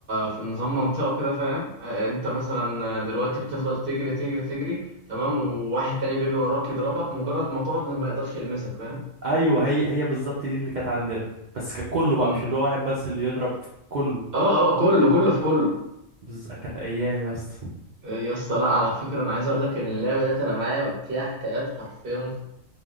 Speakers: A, on the right (about 45°); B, on the right (about 65°).
A: في نظام منطقه كده فاهم آه انت مثلا دلوقتي بتفضل تجري تجري تجري تمام وواحد تاني بيجري وراك يضربك مجرد ما تقعد ما يقدرش يلمسك فاهم
B: ايوه هي هي بالظبط دي اللي كانت عندنا بس كان كله بقى
A: مم.
B: مش اللي هو واحد بس اللي يضرب كله
A: اه اه كله كله في كله
B: بس كانت ايام يا اسطى
A: آه، يا اسطى لا على فكره انا عايز اقول لك ان اللعبه ديت انا معايا فيها حكايات حرفيا